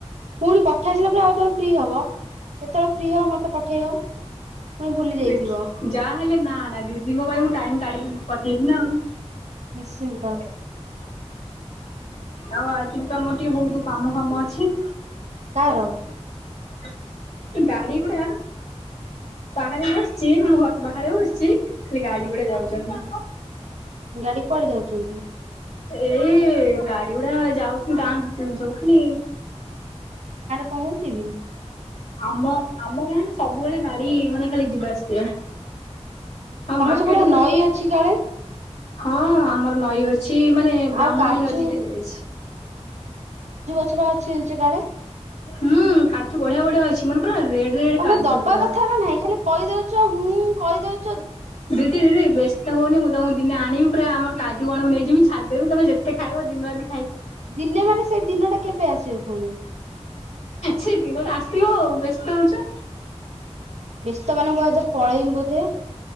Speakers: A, on the right; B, on the left.
A: ପୁଣି କଥା ହେଇସାଇଲା ପରେ ଆହୁରି ତମେ ଫ୍ରି ହବ? କେତୋଳେ ଫ୍ରି ହବ ମତେ ପଠେଇବ? ପୁଣି ଭୁଲି ଯାଇଥିବ
B: ଦେଖ୍ ଯାହା ହେଲେ ନାଁ ନାଁ ଦିଦିଙ୍କ ପାଇଁ ମୁଁ ଟାଇମ୍ ତାଡ଼ିିକ ପଠେଇବି ନାଁ ଆଉ।
A: ନିଶ୍ଚିନ୍ତ।
B: ଆଉ ଆଜି ବି ତମର ଟିକେ ବୋହୁତୁ କାମ ହଁ ମ ଅଛି।
A: କାର
B: ଏ ଗାଡ଼ି ଗୁଡ଼ା ବାହାରେ ବସଚି ଆମ ଘରଳଠୁ ବାହାରେ ବସଚି ଖାଲି ଗାଡ଼ି ଗୁଡ଼ା ଯାଉଚନ୍ତି।
A: ଗାଡ଼ି କୁଆଡ଼େ ଯାଉଚନ୍ତି?
B: ଏଇ ଗାଡ଼ିଉଡ଼ା ଯାଉଚ୍ ଗାଁ ଭିତୁରୁକୁ ସବୁ ଖାଲି
A: କ ହଉଚି କି?
B: ଆମ ଆମ ଗାଁରେ ସବୁବେଳେ ଗାଡ଼ି ମାନେ ଖାଲି ଯିବା ଆସିବା। ଆଉ
A: ତମ
B: ମାର୍କେଟ
A: ସେପଟ
B: ଉପରେ
A: ନଈ ଅଛି କାଳେ?
B: ହଁ ଆମର ନଈ ଅ ଛି ମାନେ
A: ଆଉ
B: ବ୍ରାହ୍ମଣୀ
A: କାଜୁ
B: ନଦୀଟା ଯାଇଛି।
A: ଛ ବା ଜାଣିଛ କାଳେ
B: ହୁଁ କାଜୁ ବଢ଼ିଆ ବଢ଼ିଆ ଅଛି। ଚୁ ମାନ ପୁରା ରେଡ ରେଡ
A: ତମେ
B: କାଜୁ
A: ଦବା
B: ପୁରା।
A: କଥା ନାଁ ନାହିଁ ଖାଲି କହି ଦଉଚ ହୁଁ। କହିଦୋଉ
B: ଦିଦି ଦିଦି ତ ହଉନି ମୁଁ ତମକୁ ଦିନ ଆଣିମି ପୁରା ଆମ କାଜୁ ବଣ ନେଇଯିବି ଛାଦେବି ତମେ ଜେତେ ଖାଇବ ଦିନ ରା
A: ଦିନେ ମାନେ ସେଇ ଦିନ ଟା କେବେ ଆସିବ ପୁଣି?
B: ସେ ଦିନଟା ଆସିବ ଆଉ ବ୍ୟସ୍ତ ହଉଚ।
A: ବ୍ୟସ୍ତ ମାନଙ୍କୁ ଆ ପଳେଇମି ବୋଧେ